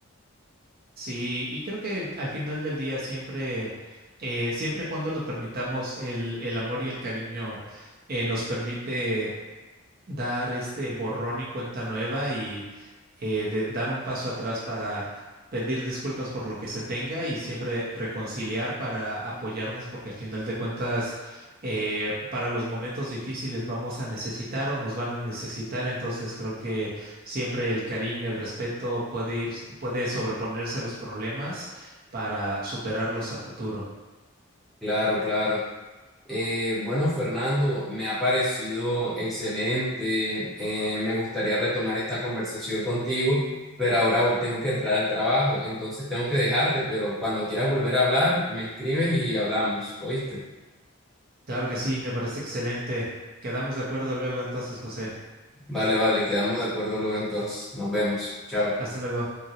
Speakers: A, on the right; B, in the centre.
A: Sí, y creo que al final del día siempre, eh, siempre cuando lo permitamos, el, el amor y el cariño eh, nos permite dar este borrón y cuenta nueva y eh, de- dar un paso atrás para pedir disculpas por lo que se tenga y siempre reconciliar para apoyarnos porque al final de cuentas eh, para los momentos difíciles vamos a necesitar o nos van a necesitar, entonces creo que siempre el cariño, el respeto puede ir, puede sobreponerse a los problemas para superarlos a futuro.
B: Claro, claro. Eh, bueno, Fernando, me ha parecido excelente. eh, me gustaría retomar esta conversación contigo, pero ahora tengo que entrar al trabajo, entonces tengo que dejarte, pero cuando quieras volver a hablar, me escribes y hablamos, ¿oíste?
A: Claro que sí, me parece excelente. Quedamos de acuerdo luego entonces, José.
B: Vale, vale, quedamos de acuerdo luego entonces. Nos vemos. Chao.
A: Hasta luego.